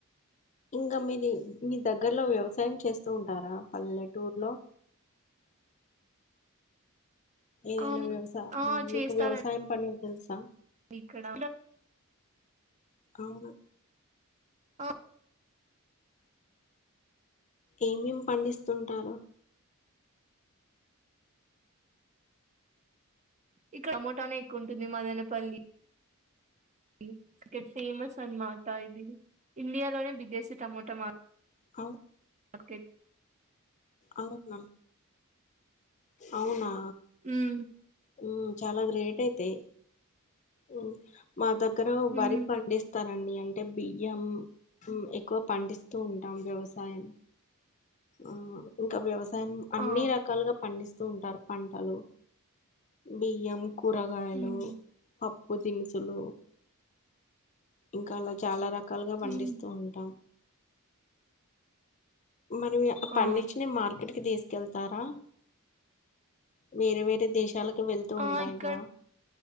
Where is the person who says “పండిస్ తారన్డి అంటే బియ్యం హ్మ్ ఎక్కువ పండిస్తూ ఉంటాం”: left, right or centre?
Left